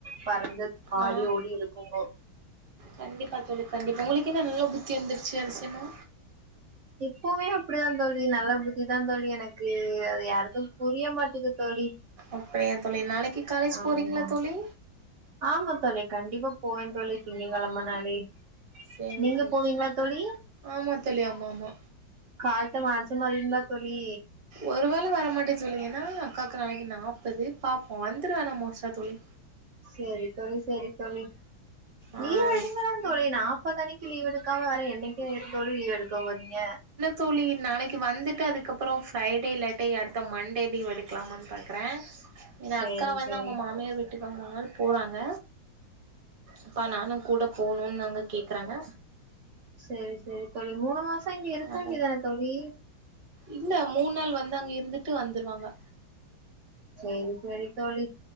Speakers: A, on the right (about 80°); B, on the right (about 40°).
A: பறந்துத் ஆடி
B: ஆ
A: ஓடி இருக்கும்போ
B: கண்டிப்பா தோழி கண்டிப்பா உங்குளுக் என்ன நல்லா புத்தி வந்துர்ச்சி அதிசியமா
A: எப்புமே அப்படிதான் தோழி நல்ல புத்தி தான் தோழி எனக்கு அது யாருக்கு புரிய மாட்டுது தோழி
B: அப்படியா தோழி நாளைக்கி காலேஜ்
A: ஆமா
B: போறீங்ளா தோழி
A: ஆமா தோழி கண்டிப்பா போவேன் தோழி திங்ககழம நாளே
B: சேவை
A: நீங்க
B: தோழி
A: போவீங்களா தோழி
B: ஆமா தோழி ஆமாமா
A: காட்டு வாசமா ருந்தா தோழி
B: ஒரு வேள வரமாட்டே தோழி ஏன்னா அக்காக்கு நாளைக்கு நாப்பது பாப்போ வந்துருவே ஆனா மோஸ்ட்டா தோழி
A: சேரி தோழி செரி தோழி
B: ஆ
A: லீவு எடுங்கலா தோழி நாப்பத் அணிக்கி லீவ் எடுக்காம வேற என்னிக்கு தோழி லீவ் எடுக் கொவன்ய
B: துழி நாளைக்கு வந்துட்டு அதுக்கப்றோ ஃப்ரைடே இல்லாட்டி அடுத்த மண்டே லீவ் எடுக்லாமான் பாக்றே ஆஹ <inaudible> என்
A: செரி
B: அக்கா வந்து
A: செரி
B: அவங்க மாமியார் வீட்டுக்ல் மூண் நாள் போறாங்க அப்பா நானு கூடப் போணுன் அங்க கேக்குறாங்க
A: சரி சரி தோழி மூணு மாச இங்க இருக்கண்டிதான
B: அதா
A: தோழி
B: இல்ல மூண் நாள் வந்து அங் இருந்துட்டு வந்துருவாங்க
A: சேரி சேரி தோழி